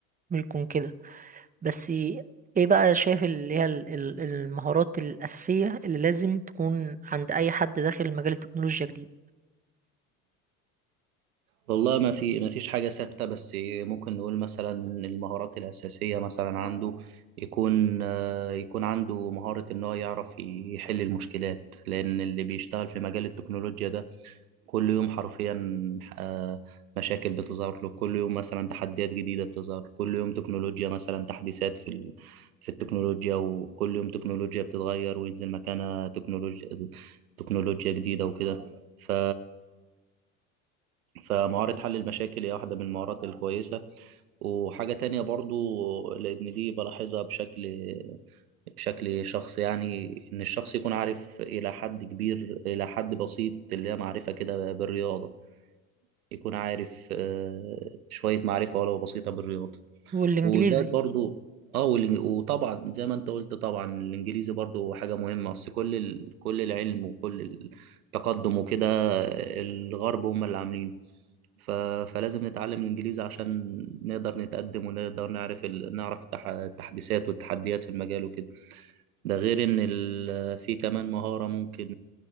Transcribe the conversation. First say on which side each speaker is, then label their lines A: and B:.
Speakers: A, on the right; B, on the right.
A: يكون كده بس ايه بقى شايف اللي هي ال- ال- المهارات الاساسيه اللي لازم تكون عند اي حد داخل مجال التكنولوجيا جديد
B: والله ما في ما فيش حاجة ثابتة بس ممكن نقول مثلا إن المهارات الأساسية مثلا عنده يكون آه، يكون عنده مهارة إن هو يعرف يحل المشكلات لأن اللي بيشتغل في مجال التكنولوجيا ده كل يوم حرفيا آه، مشاكل بتظهر له كل يوم مثلا تحديات جديدة بتظهر كل يوم تكنولوجيا مثلا تحديثات في ال... في التكنولوجيا وكل يوم تكنولوجيا بتتغير وينزل مكانها تكنولوجيا تكنولوجيا جديدة وكده ف... فمهارة حل المشاكل هي واحدة من المهارات الكويسة وحاجة تانية برضو لأن دي بلاحظها بشكل بشكل شخص يعني إن الشخص يكون عارف إلى حد كبير إلى حد بسيط اللي هي معرفة كده بالرياضة يكون عارف آه، شوية معرفة ولو بسيطة بالرياضة
A: والانجليزي
B: وزائد برضو اه والإنج- وطبعا زي ما انت قلت طبعا الانجليزي برضو حاجه مهمه اصل كل ال... كل العلم وكل التقدم وكده الغرب هم اللي عاملينه ف... فلازم نتعلم الإنجليزي عشان نقدر نتقدم ونقدر نعرف ال... نعرف التح... التحديثات والتحديات في المجال وكده ده غير إن ال... في كمان مهارة ممكن